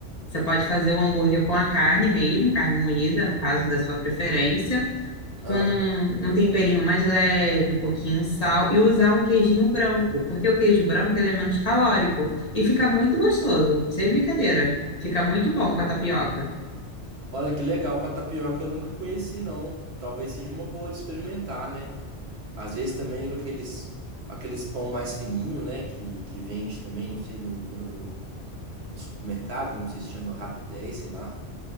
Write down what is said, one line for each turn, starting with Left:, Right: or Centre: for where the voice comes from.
Left: Você pode fazer o hambúrguer com a carne mesmo, carne moída, no caso da sua preferência,
Right: Ah,
Left: com um temperinho mais leve, um pouquinho sal e usar um queijinho branco, porque o queijo branco ele é menos calórico e fica muito gostoso, sem brincadeira. Fica muito bom com a tapioca.
Right: olha que legal, com a tapioca eu nunca conheci, não. Talvez seja uma boa de experimentar, né? Às vezes também com aqueles, aqueles pão mais fininho, né? Que, que vende também, não sei, no, no, no- no supermercado, não sei se chama Rapidez, sei lá.